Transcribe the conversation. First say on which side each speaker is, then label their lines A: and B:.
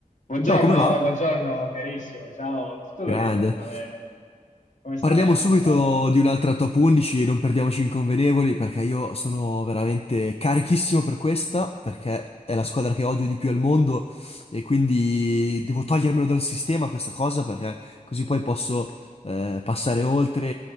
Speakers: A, on the left; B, on the left.
A: Buongiorno,
B: Ciao, come va?
A: buongiorno carissimo, ciao, tutto bene,
B: Grande.
A: tutto bene, come stai?
B: Parliamo subito
A: Tutto a posto?
B: di un'altra top 11, non perdiamoci inconvenevoli, perché io sono veramente carichissimo per questa, perché è la squadra che odio di più al mondo e quindi devo togliermelo dal sistema questa cosa, perché così poi posso eh, passare oltre